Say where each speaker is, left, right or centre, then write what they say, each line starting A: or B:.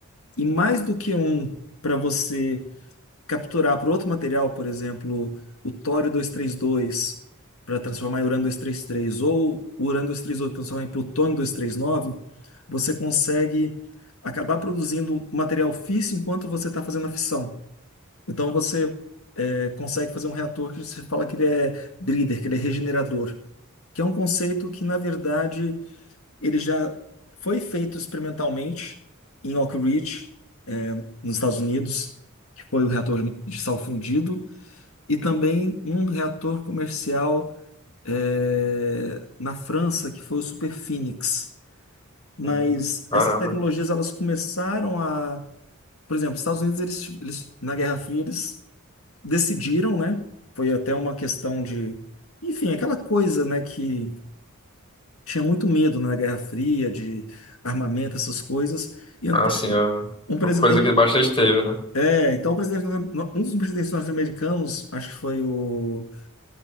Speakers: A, on the left; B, on the left.
A: e mais do que um para você capturar para outro material, por exemplo, o tório 232 para transformar em urânio 233 ou o urânio 238 para transformar em plutônio duzentos e trinta e nove você consegue acabar produzindo material físsil enquanto você está fazendo a fissão. Então você é, consegue fazer um reator que você fala que ele é breeder, que ele é regenerador, que é um conceito que, na verdade, ele já foi feito experimentalmente em Oak Ridge, é, nos Estados Unidos, que foi o reator de sal fundido, e também um reator comercial é, na França, que foi o Super Phoenix. Mas
B: Hum, caramba.
A: essas tecnologias elas começaram a, por exemplo, os Estados Unidos eles, eles na Guerra Fria eles decidiram, né? Foi até uma questão de, enfim, aquela coisa, né, que tinha muito medo né, na Guerra Fria de armamento, essas coisas. E então,
B: Ah, sim, ó.
A: um presidente,
B: Coisa que bastante teve, né?
A: é, então o presidente, um dos presidentes norte-americanos, acho que foi o